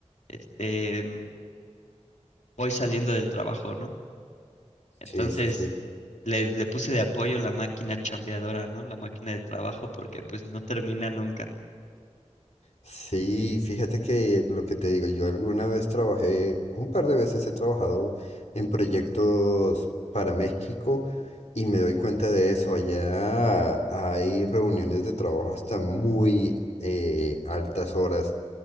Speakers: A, on the left; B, on the left.
A: Este, mm, voy saliendo del trabajo, ¿no? Entonces
B: sí, sí, sí.
A: le, le puse de apoyo la máquina chambeadora, ¿no? La máquina de trabajo porque pues no termina nunca.
B: Sí, fíjate que lo que te digo, yo alguna vez trabajé, un par de veces he trabajado en proyectos para México y me doy cuenta de eso. Allá hay reuniones de trabajo hasta muy eh, altas horas